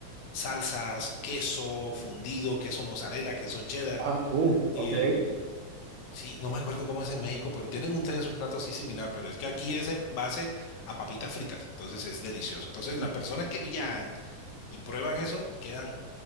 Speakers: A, on the left; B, on the right.
A: salsas, queso fundido, queso mozzarella, queso cheddar.
B: Ah, uh, ok.
A: eh, sí, no me acuerdo cómo es en México, pero tienen ustedes un plato así similar, pero es que aquí es en base a papitas fritas, entonces es delicioso. Entonces
B: ok.
A: las personas que viajan y prueban eso quedan